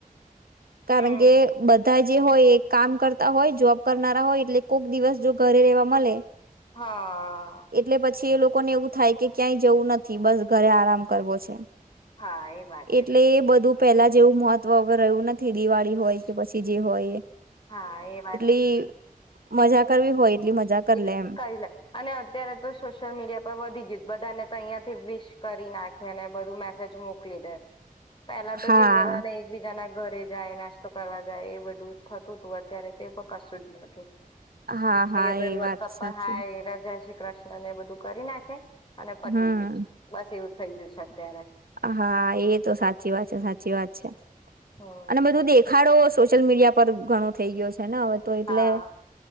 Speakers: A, on the left; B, on the right.
A: હમ
B: કારણ કે બધા જે હોય એ કામ કરતા તા હોય જોબ. કરનારા હોય એટલે કોક દિવસ જો ઘરે રેવા મળે
A: હા.
B: એટલે પછી એ લોકોને એવું થાય કે ક્યાંય જવું નથી, બસ ઘરે આરામ કરવો છે.
A: હા એ વાત
B: એટલે
A: છે
B: એ બધું પેલા જ જેવું મહત્વ હવે રહ્યું નથી. દિવાળી હોય કે પછી જે હોય એ.
A: હા એ વાત
B: ઈ મજા કરવી હોય એટલી મજા કરી
A: <unintelligible>
B: લે એમ
A: કઈ લે અને અત્યારે તો સોશિયલ મીડિયા પર વધી ગયું બધાને તો અહિયાં કે વિશ કરી નાખેને બધું મેસેજ મોકલી દે. પેલા તો
B: હા
A: કેવું બધા ને એકબીજા ના ઘરે જાય નાસ્તો કરવા જાય એ બધું થતું હતું અત્યારે તો એ કશું જ નથી.
B: હા હા
A: <unintelligible>
B: એ વાત સાચી
A: હાય રાજા છે કૃષ્ણ ને બધું કરી નાખે. ને પતી
B: હમ
A: ગયુંજ બસ એવુંજ થઈ ગયું છે અત્યારે.
B: હા એ તો સાચી વાત છે સાચી વાત છે.
A: હમ
B: અને બધું દેખાડો સોશિયલ મીડિયા પર ઘણો થઇ ગયો છે. છે ને હવે તો એટલે
A: હા